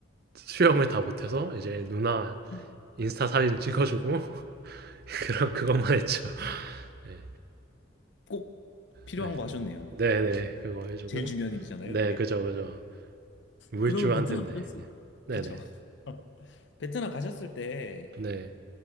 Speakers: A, on the right; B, on the left.
A: 수영을 다 못해서 이제 누나
B: 네.
A: 인스타 사진 찍어주고 <laughs> 그런 그것만 했죠. 네,
B: 꼭 필요한
A: 네,
B: 거 하셨네요.
A: 네, 네, 그거 해주고
B: 제일 중요한 일이잖아요,
A: 네,
B: 그게.
A: 그죠, 그죠. 물주한테
B: 그러면 베트남
A: 네,
B: 가셨을
A: 네,
B: 그쵸?
A: 네,
B: <laughs> 베트남 가셨을 때
A: 네.